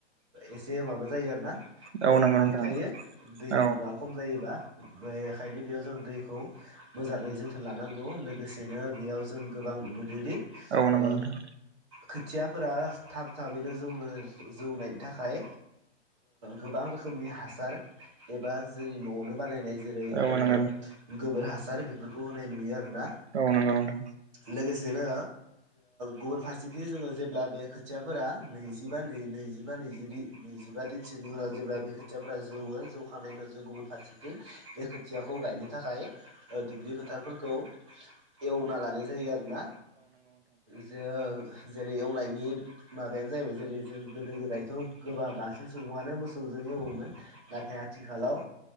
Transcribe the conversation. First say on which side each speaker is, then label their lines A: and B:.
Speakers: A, on the right; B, on the right.
A: एसे माबा जायो आरोना
B: औ नंगौ
A: हमथायो
B: नोंथां
A: दैनि
B: औ
A: बिबाङा खम जायोबा बेखायनो बेयाव जों दैखौ मोजाङै जोथोन लानांगौ लोगोसेनो बेयाव जों गोबां नुबोदोंदि
B: औ
A: ओ
B: नंगौ नोंथां
A: खोथियाफोरा थाब थाबैनो जौनो जौनायनि थाखाय गोबां रोखोमनि हासार एबा जोंनि न'आवनो बानायनाय ज जेरै
B: औ नंगौ नोंथां औ नंगौ नोंथां औ नंगौ नोंथां
A: गोबोर हासार बेफोरखौ होनाय नुयो आरो ना
B: औ नंगौ नथां
A: लोगोसेनो गुबुन फारसेथि जोङो जेब्ला बे खोथियाफोरा नैजिबा न नैजिबा नैजि नैजिबा दिनसोनि उनाव जेब्ला बे खोथियाफोरा जौव जौखानायनायनि जों गुबुन फारसेथि बे खोथियाखौ गायनो थाखाय दुब्लि फोथारफोरखौ एवना लानाय जायो आरोना जों जेरै एवनायनि माबायानो जाहैबाय जेरै जों गोदो गोदायथ' गोबां बांसिन सुबुङानो मोसौ एवोमोन नाथाय आथिखालाव